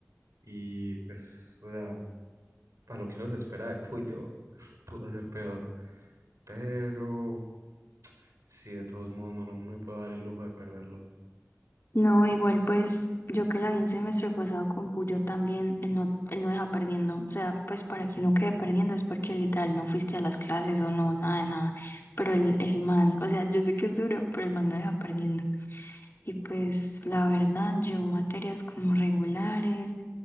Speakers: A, on the right (about 75°); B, on the left (about 45°).
A: y pues, o sea, para lo que uno se espera de Puyo, <laughs> pudo ser peor. Pero, sí, de todos modos, no, no me puedo dar el lujo de perderlo.
B: No, igual pues yo que la vi el semestre pasado con Puyo también, él no, él no deja perdiendo. O sea, pues para que no quede perdiendo es porque literal no fuiste a las clases o no, nada de nada. Pero el, el man, o sea, yo sé que es duro, pero el man no deja perdiendo. Y pues la verdad, llevo materias como regulares,